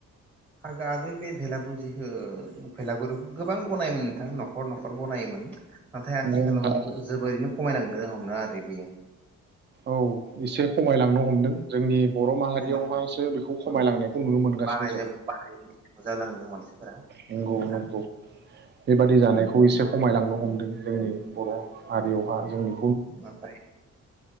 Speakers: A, on the right (about 20°); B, on the right (about 35°).
A: आ आगोल बे भेला <unintelligible> भेलागुर गोबां बनायोमोन नोंथां न'खर न'खर बनायोमोन नाथाय आथिखालाव
B: नंगौ नोंथां
A: जोबोरैनो खमायलांदों हमनो आरो बे बेयो
B: औ एसे खमायलांनो हमदों जोंनि बर' माहारियावहासो
A: खमाय
B: बेखौ खमायलांनायखौ
A: गरम
B: नुनो मोनगासिनो
A: बानायजोब
B: जों
A: बानाय जालांदों मानसिफोरा
B: नोंंगौ
A: सुबुंफोरा
B: नंगौ बेबादि जानायखौ एसे खमायलांनो हमदों जोंनि बर' हारियावहा जोंनि
A: नाथाय <unintelligible>